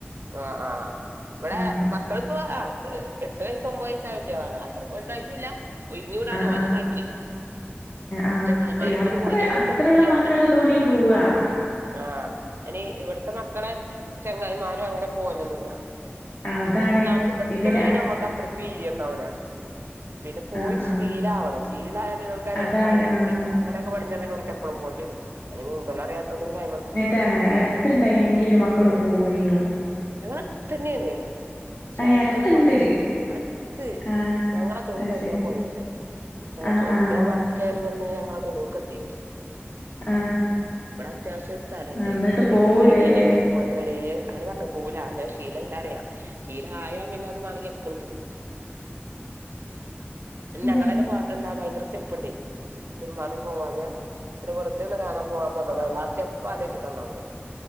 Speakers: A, on the right (about 60°); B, on the left (about 45°).
A: ആ ആഹ് ഇവടെ
B: ആഹ്
A: മക്കളിപ്പോ ആ എട്ട് വയസ്സ് ഒമ്പത് വയസ്സായ കുട്ട്യളാണ്. അത്ര വലുതായിട്ടുല്ല ഒഴിഞ് വിടാന്
B: ആഹ്
A: ഓലെന്നെ ആയിട്ടില്ല
B: ആഹ്
A: ചങ്ങായിമാരൊപ്പം
B: അത്ര
A: ഒന്ന് പോവല് ഇവിടുത്തെ
B: അത്രള്ള
A: കുട്ടികളെ
B: മക്കളാ തോനിം പോവാ
A: ആഹ് അയ്ന് ഇവിട്ത്തെ മക്കളെ ചങ്ങായിമാര് അങ്ങനെ പോവലൊന്നുല്ല
B: ആഹ് അതാണ്
A: ഒന്നാമത് പ്പട്ത്ത്ള്ളേന്
B: ഇവരാ
A: ഞമ്മക്ക് അത്രക്ക് വീര്യണ്ടാവൂല പിന്നെ പോയി
B: ആഹ് ആഹ്
A: ശീലാവണം ശീലായ ഓൽക്കത് രസായ
B: അതാണ് ആഹ്
A: പിന്നെ എന്നും നീന്തോലൊക്കെ പഠിഞ്ഞ പിന്നെ ഓൽക്ക് എപ്പളും പോണ്ട്യരും അയിന് നീന്തലറിയത്തോണ്ട് പിന്നെ അയ്മക്
B: രാണ് അട്ത്ത്ണ്ടായിനെങ്കില് മക്കള് പോവേനു
A: ഞങ്ങളെ അട്ത്ത്ന്നെയാണ്. പക്ഷെ
B: ഏഹ്
A: അയിക്കണ്ട്
B: അടുത്തുണ്ട്
A: കൊണ്ടോയി ശീല അട്ത്ത്
B: ആഹ്
A: ഞങ്ങളെ തൊടു
B: അത്
A: കഴിഞ്ഞാ
B: ശരി
A: പോഴയാണ്.
B: ആഹ്
A: ഒരിക്ക
B: ആഹ്
A: വെള്ളം കയറി വന്ന് ഞങ്ങളെ തൊടൂക്ക് എത്തിന്നു.
B: ആഹ്
A: ഇവടെ അത്യാവശ്യം സ്ഥലണ്ട്
B: ആഹ് എന്നിട്ടും
A: ഞങ്ങളെ
B: പോവൂലല്ലേ
A: പെര കഴിഞ്ഞാണ്ട്. പോലെവരെ അതെന്നെ പറഞ്ഞെ പോവൂല അത് ശീലല്ലാ പറയാ ശീല ആയാ പിന്നെ മാണെങ്കി എപ്പളും പോവും
B: ആഹ്
A: ഞങ്ങളെന്നെ പോവാത്തെ എന്താ ഭയങ്കര സ്റ്റെപ്പ്ണ്ടേ തിര്മ്പാനും പോവാനും പിന്നെ വെർതെ ഒന്ന് കാണാൻ പോവാൻ മൊതലാവൂല ആ സ്റ്റെപ്പ് ആലോചിട്ട ഒന്നാമത്.